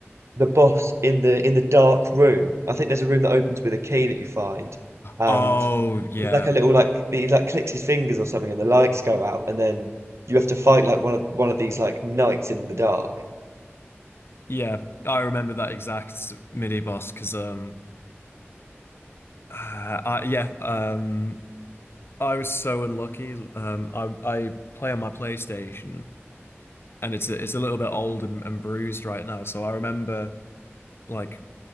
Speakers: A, on the right; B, on the left.
A: the boss in the in the dark room? I think there's a room that opens with a key that you find, and
B: Oh, yeah.
A: it's like a little like he like clicks his fingers or something, and the lights go out, and then you have to fight like one of one of these like knights in the dark.
B: Yeah, I remember that exact mini boss because um uh, I, yeah, um I was so unlucky. Um I I play on my PlayStation and it's a, it's a little bit old and, and bruised right now, so I remember like